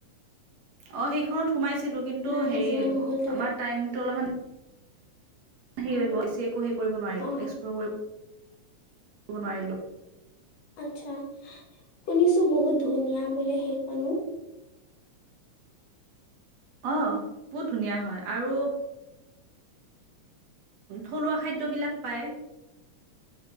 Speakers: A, on the right; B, on the left.
A: অ সেইখনত সোমাইছিলো কিন্তু
B: নাই
A: হেৰি
B: যোৱা নহল তালৈ
A: আমাৰ টাইমটো অলপমান হেৰি হৈ গ বেছি একো সেই কৰিব নোৱাৰিলো
B: অ
A: এক্সপ্লৰ কৰিব নোৱাৰিলো।
B: আত্চ্ছা শুনিছো বহুত ধুনীয়া বোলে সেইখনো?
A: অ বহুত ধুনীয়া হয় আৰু থলুৱা খাদ্যবিলাক পায়।